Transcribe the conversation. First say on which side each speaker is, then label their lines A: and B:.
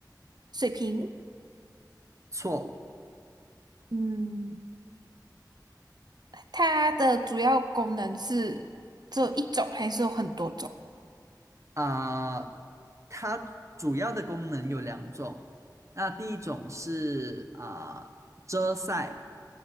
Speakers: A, on the right; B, on the right.
A: 水瓶，
B: 错。
A: 嗯，它的主要功能是只有一种，还是有很多种？
B: 啊、它主要的功能有两种。那第一种是啊、遮晒，